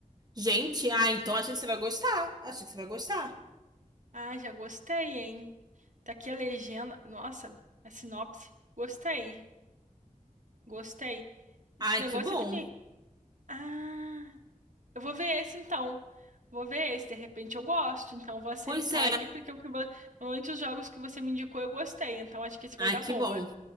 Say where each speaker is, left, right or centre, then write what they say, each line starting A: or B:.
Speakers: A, on the right (about 30°); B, on the right (about 65°).
A: Gente, ah, então acho que você vai gostar. Acho que você vai gostar.
B: Ah, já gostei, hein? Tá aqui a legenda. Nossa, a sinopse. Gostei. Gostei. Esse
A: Ai,
B: negócio
A: que bom.
B: aqui tem. Ah. Eu vou ver esse então. Vou ver esse, de repente eu gosto, então vou aceitar
A: Pois é.
B: aí, porque o que vo... normalmente os jogos que você me indicou eu gostei, então acho que esse
A: Ai,
B: vai dar
A: que
B: boa.
A: bom.